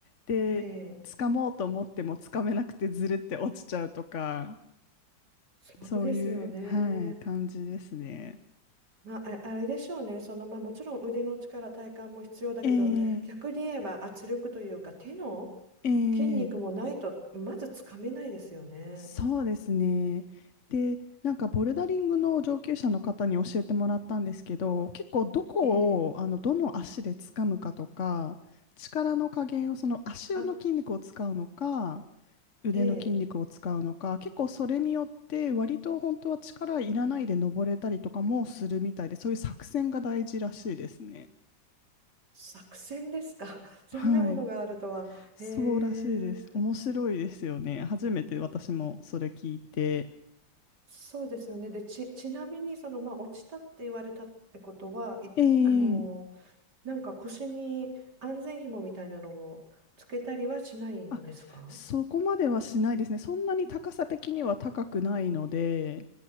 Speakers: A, on the left; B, on the right.
A: で、
B: ええ、
A: 掴もうと思っても掴めなくてずるって落ちちゃうとか、
B: そうですよね。
A: そういう、はい、感じですね。
B: まあ、ああれでしょうね。その、まあ、もちろん腕の力、体幹も必要だけど、
A: ええ
B: 逆に言えば圧力というか手の
A: ええ
B: 筋肉もないとまずつかめないですよね。
A: そうですね。で、なんかボルダリングの上級者の方に教えてもらったんですけど、結構どこをあのどの足で掴むかとか、
B: ええ、
A: 力の加減をその足の筋肉を使うのか、
B: あ、
A: 腕の筋肉を使うのか、
B: ええ、
A: 結構それによって割と本当は力いらないで登れたりとかもするみたいで、そういう作戦が大事らしいですね。
B: 作戦ですか。<laughs> そんなものがあるとは。
A: はい。そうらしいです。
B: へえ。
A: 面白いですよね。初めて私もそれ聞いて。
B: そうですよね。で、ち、ちなみに、その、まあ、落ちたって言われたってことは、い、
A: ええ
B: あのー、なんか腰に安全紐みたいなのをつけたりはしないんですか
A: あ、そこまではしないですね。そんなに高さ的には高くないので、